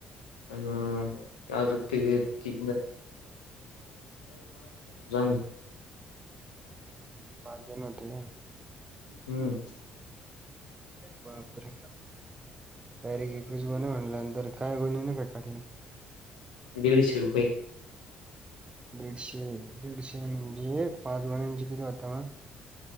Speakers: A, on the left (about 80°); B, on the right (about 25°).
A: आण अजून <unintelligible> अजून तीघे आहेत की <unintelligible>
B: हम्म, पाच जण होते.
A: हम्म,
B: बापरे डायरेक्ट एकवीस गोण्या म्हणला. नंतर काय गोण्याने खत टाकलं.
A: दिडशे रुपये.
B: दीडशे दीडशे म्हणजे पाच गोण्याचे किती होता.